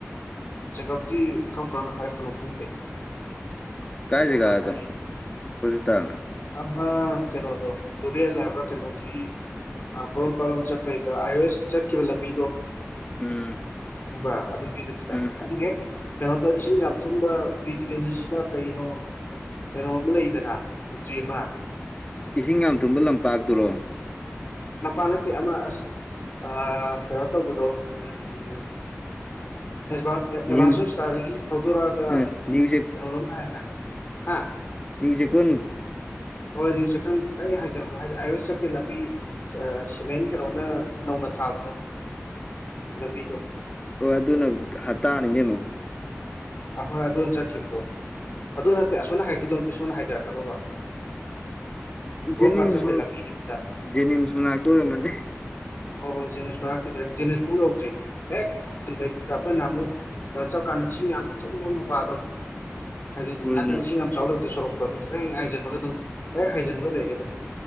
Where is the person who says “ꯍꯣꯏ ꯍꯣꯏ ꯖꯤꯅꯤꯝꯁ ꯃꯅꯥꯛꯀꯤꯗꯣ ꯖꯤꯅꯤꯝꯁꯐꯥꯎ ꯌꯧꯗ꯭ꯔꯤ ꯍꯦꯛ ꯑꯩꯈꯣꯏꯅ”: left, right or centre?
Left